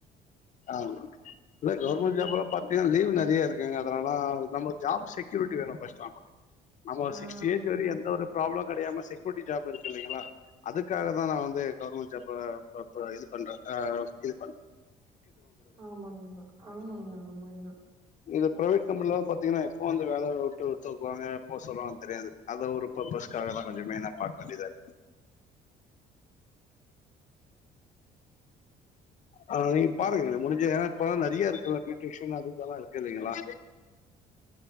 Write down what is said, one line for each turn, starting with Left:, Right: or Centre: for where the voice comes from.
Left: ஆ இல்ல கவர்மெண்ட்
Right: அது
Left: ஜாப் எல்லாம் பாத்தீங்கன்னா லீவ் நிறைய அதலால நம்ம ஜாப் செக்யூரிட்டி வேணும்ஸ் நமக்கு நம்ம ஒரு
Right: ஆ
Left: சிகஸ்டி ஏஜ்
Right: ஆமாங்கண்ணா.
Left: வரையும் எந்த ஒரு ப்ராப்ள கிடையாம செக்யூரிட்டி ஜாப் இருக்கு இல்லைங்களா அதுக்காக தான் நான் வந்து கவுவர்மெண்ட் ஜாப் இது பண்றேன் இது பண்றன்
Right: ஆமாங்கண்ணா ஆமாங்கண்ணா ஆமாங்கண்ணா
Left: இது பிரைவேட் கம்பனிலல்லாம் பாத்தீங்கன்னா எப்போ வந்து வேலை விட்டு தூக்குவாங்க எப்போ சொல்லுவாங்கு தெரியாது அத ஒருப் பஸாகதான் கொஞ்சம் மெயினா பார்க்க வேண்டியதா இரு ஆஹ் நீ பாருங்க முடிஞ்ச ஏன் இப்பாம் நிறைய இருக்குல்ல பியூட்டஷன் அதுெல்லாம் இருக்கு இல்லைங்களா